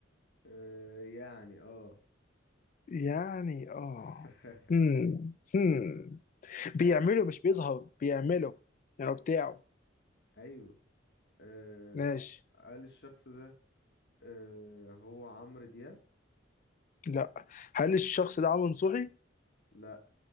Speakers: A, on the left; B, on the left.
A: آه يعني اه
B: يعني اه
A: <laughs>
B: مم. مم. بيعمله
A: هل
B: مش بيظهر بيعمله يعني هو بتاعه
A: ايوه آه
B: ماشي
A: هل الشخص ده آه هو عمرو دياب
B: لا هل الشخص ده عمرو نصوحي؟
A: لا